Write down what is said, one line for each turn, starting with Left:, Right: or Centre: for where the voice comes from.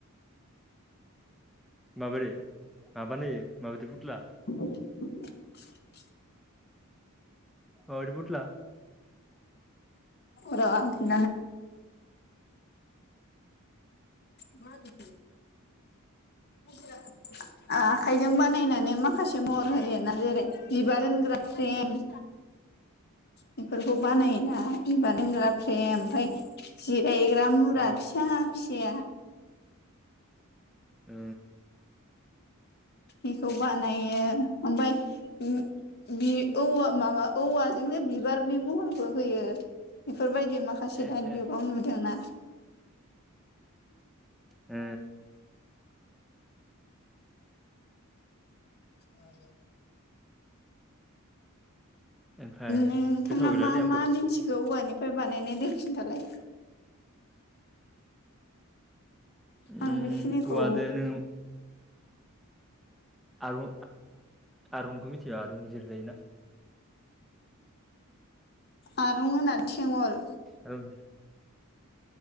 Centre: माबोरै माबानाय होयो माबायदि फुथ्ला
Left: <unintelligible>
Centre: माबादि फुथला
Left: <unintelligible> मा होनो <unintelligible> आखाइजों बानायनानै माखासे महर होयोना जेरै बिबार होनग्रा फ्रेम बेफोरखौ बानायोना बिबार लोंग्रा फ्रेम ओमफ्राय जिरायग्रा मुरा
Centre: आरोबाव
Left: फिसा फिसाया
Centre: ओ
Left: इखौ बानायो ओमफ्राय औव माबा औवाजोंनो बिबारनि महरबो होयो बेफोरबायदि माखासे
Centre: एस
Left: दानि
Centre: एस
Left: जुगाव नुदोंना
Centre: ओ
Left: औ
Centre: ओमफ्राय
Left: नोंथाङा
Centre: गोसोआव गैलालै
Left: मा
Centre: आंबो
Left: मा मिथिगौ औवानिफ्राय बानायनाय दे खिन्थालाय
Centre: उम
Left: आं बेखिनिखौ
Centre: औवादो नों आरो आरुंखौ मिथियो आरुजिर जायोना
Left: आरं होना थेंवल
Centre: आरूं